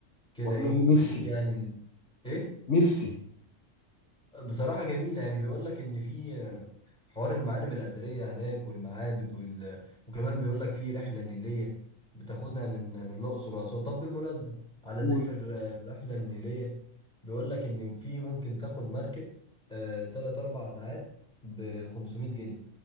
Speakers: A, in the centre; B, on the left.
A: كده
B: والله
A: ايه نشوف
B: نفسي
A: يعني ال... ايه
B: نفسي
A: بصراحة جميلة يعني بيقول لك إن في حوار المعالم الأثرية هناك والمعابد وال... وكمان بيقول لك في رحلة نيلية بتاخدها من من الأقصر وأسوان طب بالمناسبة على
B: قول
A: ذكر ال- الرحلة النيلية بيقول لك إن في ممكن تاخد مركب آه، تلات أربع ساعات ب 500 جنيه